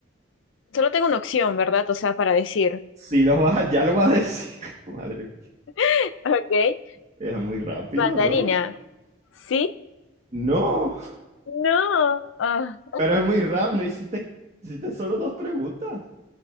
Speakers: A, on the left; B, on the right.
A: solo tengo una opción, ¿verdad? O sea, para decir.
B: Si lo vas, a- ya lo vas a decir. <laughs> Madre mía,
A: <laughs> Ok.
B: es muy rápido,
A: Mandarina.
B: ¿no?
A: ¿Sí?
B: No,
A: No. Ah,
B: pero es muy rápido. No hiciste, hiciste solo dos preguntas.